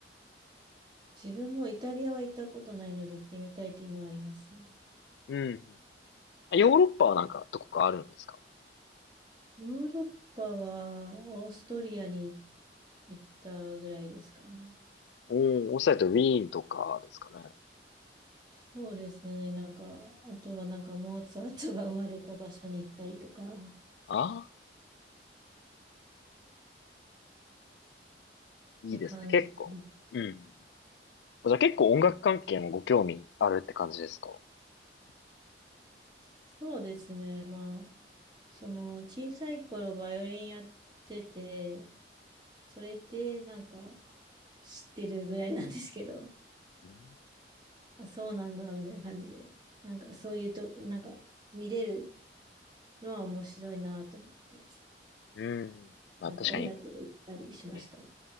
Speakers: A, on the right (about 25°); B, on the left (about 75°).
A: 自分もイタリアは行ったことないので行ってみたいっていうのはありますね。
B: うん。ヨーロッパはなんかどこかあるんですか
A: ヨーロッパはオーストリアに行ったぐらいですかね。
B: おー、おっしゃるとウィーンとかですかね。
A: そうですね。なんか、あとはなんかモーツァルトが生まれた場所に行ったりとか、
B: ああ、いいですね、
A: て感じです。
B: 結構。うん。じゃあ結構音楽関係もご興味あるって感じですか
A: そうですね。まあ、その小さい頃バイオリンやってて、それってなんか知ってるぐらいなんですけど、
B: うん。
A: あ、そうなんだみたいな感じで、なんかそういうと、なんか見れるのは面白いなと思って、
B: うんまあ確かに。
A: なんか親と行ったりしましたね。
B: え